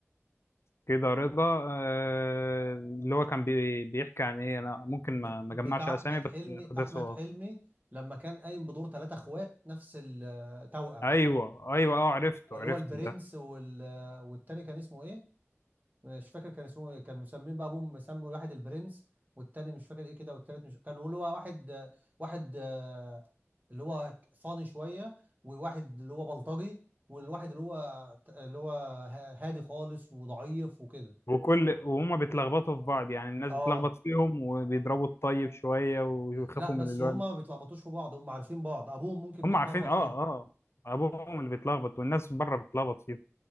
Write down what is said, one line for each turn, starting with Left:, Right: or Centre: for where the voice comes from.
Left: كده رضا آه، اللي هو كان بي- بيحكي عن ايه انا ممكن
Right: ب...
Left: ما ما
Right: بتاع
Left: اجمعش اسامي
Right: احمد
Left: بس
Right: حلمي
Left: احداثه
Right: احمد
Left: اه
Right: حلمي لما كان قايم بدور ثلاثة اخوات نفس التوأم
Left: ايوه ايوه اه عرفته
Right: اللي
Left: عرفته
Right: هو البرنس
Left: ده
Right: وال... والتاني كان اسمه ايه؟ مش فاكر كان اسمه ايه كان مسمين بقى ابوهم مسمي واحد البرنس والتاني مش فاكر ايه كده والتالت مش كان اللي هو واحد واحد آه، اللي هو فاني شويه وواحد اللي هو بلطجي والواحد اللي هو اللي هو ه- هادي خالص وضعيف وكده
Left: وكل وهما بيتلخبطوا في بعض يعني الناس
Right: اه
Left: بتلخبط فيهم وبيضربوا الطيب شويه ويخافوا
Right: لا بس
Left: من اللي
Right: هما
Left: هو
Right: ما بيتلخبطوش في بعض هما عارفين بعض ابوهم ممكن
Left: هم
Right: بيتلخبط
Left: عارفين اه
Right: فيهم
Left: اه ابوهم اللي بيتلخبط والناس بره بتلخبط فيهم